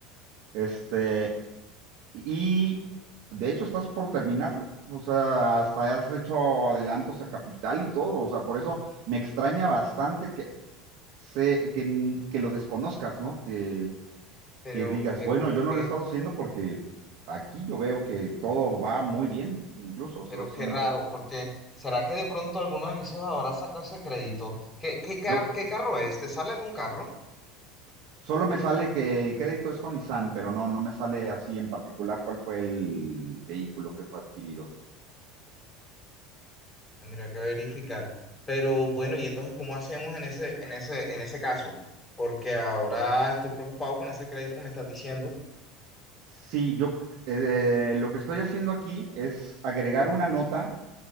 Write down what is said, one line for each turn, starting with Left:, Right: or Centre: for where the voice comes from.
Right: Este, y de hecho estás por terminarlo. O sea, hasta has hecho adelantos a capital y todo. O sea, por eso me extraña bastante que, se, que, n- que lo desconozcas, ¿no? Que,
Left: Pero,
Right: que digas,
Left: pero,
Right: bueno, yo no
Left: qué,
Right: lo he estado haciendo porque aquí yo veo que todo va muy bien, incluso. O sea,
Left: pero
Right: es
Left: qué
Right: un-
Left: raro,
Right: eh,
Left: porque ¿será que de pronto alguno de mis hijos habrá sacado ese crédito? ¿Qué, qué, car-
Right: yo
Left: qué carro es? ¿Te sale algún carro?
Right: solo me sale que el crédito es con Nissan, pero no, no me sale así en particular cuál fue el vehículo que fue adquirido.
Left: Tendría que verificar. Pero bueno, y entonces, ¿cómo hacemos en ese, en ese, en ese caso? Porque ahora estoy preocupado con ese crédito que me estás diciendo.
Right: Sí, yo eh, lo que estoy haciendo aquí es agregar una nota